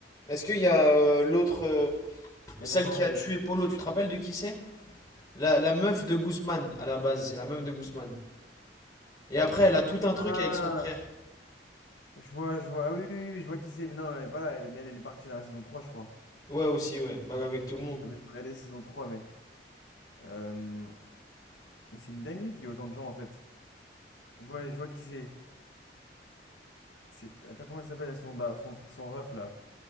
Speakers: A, on the left; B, on the left.
A: Est-ce qu'il y a euh, l'autre, euh,
B: Il
A: celle
B: y a les, en-
A: qui a
B: il y
A: tué
B: a-
A: Polo, tu te rappelles de qui c'est? La, la meuf de Guzman, à la base, c'est la meuf de Guzman. Et après, elle a tout un truc
B: Ah
A: avec son frère.
B: Je vois, je vois, ah oui, oui, oui, je vois qui c'est, mais non, elle est pas là, elle, mais elle, elle est partie dans la saison trois je crois.
A: Ouais, aussi, ouais. Bah, avec tout le monde.
B: Ah, mais je vais regarder saison 3 mais. euh, mais c'est une dinguerie qu'il y ait autant de gens, en fait. Je vois, je vois qui c'est. C'est, attends, comment elle s'appelle, son, da- son, son ref, là?